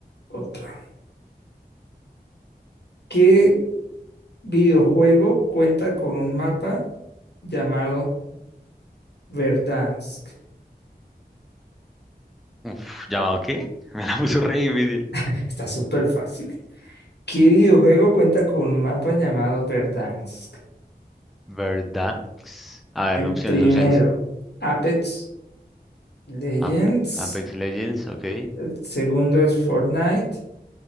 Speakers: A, on the left (about 80°); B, in the centre.
A: otra. ¿Qué videojuego cuenta con un mapa llamado Verdansk?
B: Uf, ¿llamado qué? <laughs> Me la puso
A: Mm.
B: re difícil.
A: Está súper fácil. ¿Qué videojuego cuenta con un mapa llamado Verdansk?
B: ¿Verdad? A
A: El
B: ver, opciones,
A: primero,
B: opciones.
A: Apex Legends.
B: Ap- Apex Legends, ok.
A: El segundo es Fortnite.